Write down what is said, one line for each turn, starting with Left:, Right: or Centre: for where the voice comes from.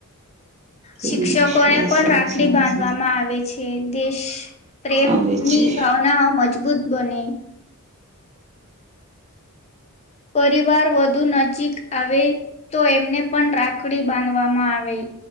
Right: પ્રેમ
Left: શિક્ષકો
Right: વિશ્વાસ
Left: એ પણ
Right: અને
Left: રાખડી
Right: સમજ
Left: બાંધવામાં આવે છે. દેશ પ્રેમ
Right: આવે
Left: ની
Right: છે.
Left: ભાવનાઓ મજબૂત બને. પરિવાર વધુ નજીક આવે તો એમને પણ રા ખડી બાંધવામાં આવે